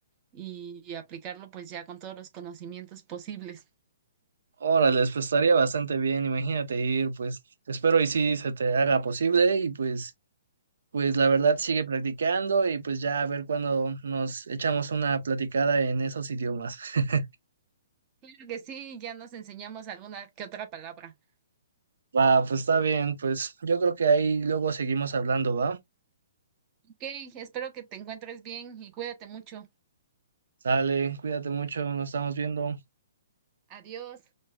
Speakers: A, on the right; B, on the right.
A: y, y aplicarlo pues ya con todos los conocimientos posibles.
B: Órale, pues estaría bastante bien, imagínate ir, pues espero y sí se te haga posible y pues, pues la verdad sigue practicando y pues ya a ver cuando nos echamos una platicada en esos idiomas. <laughs>
A: Claro que sí, ya nos enseñamos alguna que otra palabra.
B: Va, pues está bien, pues yo creo que ahí luego seguimos hablando, ¿va?
A: Ok, espero que te encuentres bien y cuídate mucho.
B: Sale, cuídate mucho, nos estamos viendo.
A: Adiós.